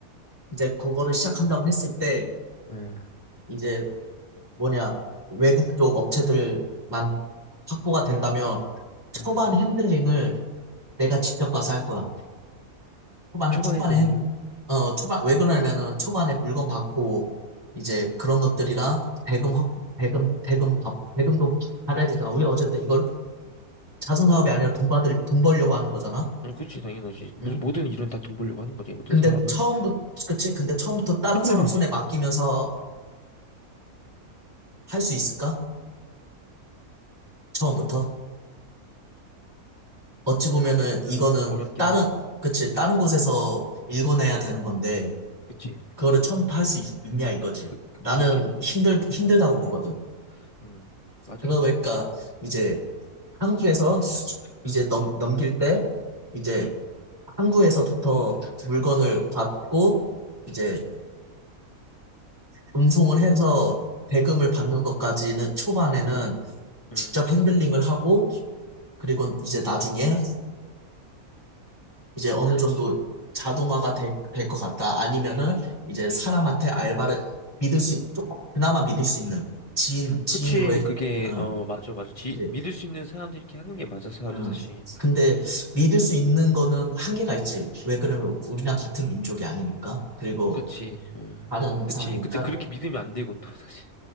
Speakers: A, on the right; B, on the left.
A: 이제 그거를 시작한다고 했을 때
B: 음,
A: 이제 뭐냐, 외국 쪽 업체들만 확보가 된다면 초반
B: 음.
A: 핸들링을 내가 직접 가서 할 거야. 초반은
B: 초반
A: 초반에
B: 핸들링은,
A: 핸- 어 초반 왜 그러냐면은 초반에 물건 받고 이제
B: 음,
A: 그런 것들이랑 대금 확 대금 대금 받 대금도 받아야 되잖아. 우리 어쨌든 이걸 자선 사업이 아니라 돈 받을 돈 벌려고 하는 거잖아.
B: 음, 그치, 당연하지. 모-
A: 응?
B: 모든 일은 다 돈 벌려고 하는 거지, 모든
A: 근데
B: 사업은.
A: 처음부터 그치? 근데 처음부터 다른 사람
B: 네.
A: 손에 맡기면서 할 수 있을까? 처음부터 어찌 보면은
B: 처음부터는
A: 이거는
B: 어렵긴
A: 다른
B: 하지.
A: 그치? 다른 곳에서
B: 음.
A: 일궈내야 되는 건데
B: 그치?
A: 그거를 처음부터 할 수 있냐 이거지.
B: 그, 그-
A: 나는
B: 그렇게는
A: 힘들
B: 어려운
A: 힘들다고
B: 것 같아.
A: 보거든.
B: 어, 음, 맞아,
A: 그러니까
B: 맞아.
A: 이제 한국에서 이제 넘, 넘길 때 이제
B: 음,
A: 항구에서부터 물건을 받고 이제 운송을 해서 대금을 받는 것까지는 초반에는 직접
B: 음.
A: 핸들링을 하고 그리고 이제 나중에 이제 어느 정도 자동화가 될 것 같다. 아니면은 이제 사람한테 알바를 믿을 수, 있- 조금 그나마 믿을 수 있는 지인, 지인으로의,
B: 그치, 그게,
A: 어,
B: 어, 맞아, 맞아. 지,
A: 그치.
B: 믿을 수 있는 사람들이 이렇게 하는 게 맞아, 사업은
A: 응.
B: 사실.
A: 근데 믿을
B: 음,
A: 수 있는 거는 한계가 있지. 왜 그러면 우리랑 같은 민족이 아니니까. 그리고
B: 그치. 음.
A: 다른
B: 그치.
A: 사람이니까.
B: 근데 그렇게 믿으면 안 되고, 또, 사실.